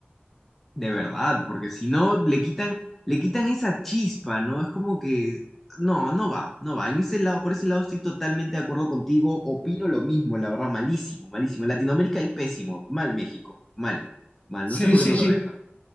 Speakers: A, in the centre; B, on the left.
A: De verdad, porque si no le quitan, le quitan esa chispa, ¿no? Es como que no, no va, no va. En ese lado, por ese lado estoy totalmente de acuerdo contigo. Opino lo mismo, la verdad, malísimo, malísimo. Latinoamérica y pésimo, mal México, mal, mal.
B: Sí,
A: No sé por
B: sí,
A: qué no lo
B: sí.
A: dejan.